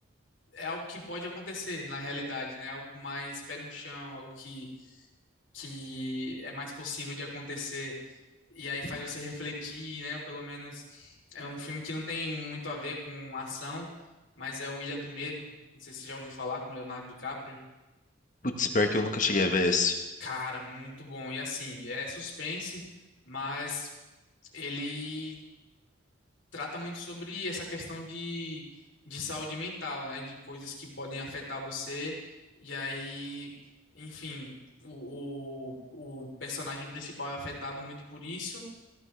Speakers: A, on the left; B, on the left.
A: é algo que pode acontecer na realidade, né? Algo mais pé no chão, algo que, que é mais possível de acontecer. e aí faz você refletir, né? Ou pelo menos é um filme que não tem muito a ver com ação, mas é o Ilha do Medo. Não sei se você já ouviu falar com Leonardo DiCaprio.
B: Putz, pior que eu nunca cheguei a ver esse.
A: Cara, muito bom. E assim, é suspense, mas ele trata muito sobre essa questão de, de saúde mental, né? De coisas que podem afetar você. E aí, enfim, o, o, o personagem principal é afetado muito por isso.